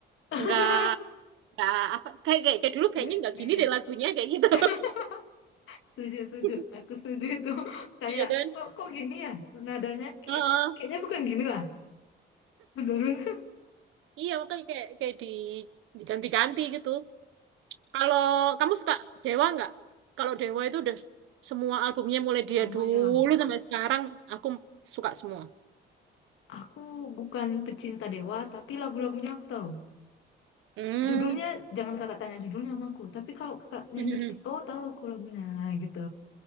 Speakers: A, on the left; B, on the right.
A: <laughs>
B: nggak nggak apa kayak kayak, kayak dulu kayaknya
A: Enggak,
B: nggak
A: enggak
B: gini
A: ingat.
B: deh lagunya kayak gitu
A: <laughs> Setuju, setuju.
B: <laughs>
A: Aku setuju itu. <laughs> Kayak
B: iya kan
A: kok kok gini ya nadanya kayak
B: Heeh.
A: kayaknya bukan gini lah. Bener-bener.
B: iya makanya kayak kayak di diganti-ganti gitu kalau kamu suka Dewa nggak kalau Dewa itu udah semua albumnya mulai dia
A: Lama
B: dulu
A: ya.
B: sampai sekarang aku suka semua
A: Aku bukan pecinta Dewa, tapi lagu-lagunya aku tahu.
B: hmm
A: Judulnya, jangan kakak tanya judulnya sama aku. Tapi kalau kakak nyanyi
B: <laughs>
A: dikit, oh tahu aku lagunya gitu.